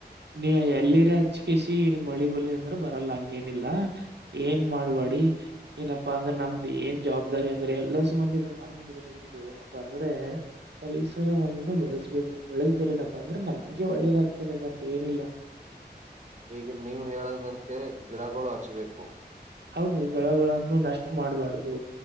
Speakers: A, on the right (about 80°); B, on the right (about 40°).
A: ನೀ ಎಲ್ಲಿರ ಹಚ್ಕಿಸಿ ಮಳಿ ಬಲ್ಲಿ ಅಂದ್ರ ಬರಲ್ಲ ಹಂಗೇನಿಲ್ಲ ಏನ್ ಮಾಡ್ಬೇಡಿ ಏನಪ್ಪಾ ಅಂದ್ರೆ ನಮ್ದು ಏನ್ ಜವಾಬ್ದಾರಿ ಅಂದ್ರೆ ಎಲ್ಲ ಸುಬಂದಿದು ನಮ್ದು ನಿಮ್ದು ಏನಪ್ಪಾ ಅಂದ್ರೆ ಪರಿಸರವನ್ನು ಬಿ ಬಳಸ್ಬೇಕು ಒಳಸ್ದಿರನಪ್ಪಾ ಅಂದ್ರೆ ನಮ್ಗೆ ಒಳ್ಳೇದಾಗ್ತದೆ ಮತ್ತ ಏನಿಲ್ಲ
B: ಈಗ ನೀವು ಹೇಳದಂತಕ ಗಿಡಗಳು ಹಚ್ಬೇಕು
A: ಹೌದು ಳಗಳನ್ನು ನಷ್ಟ ಮಾಡ್ಬಾರ್ದು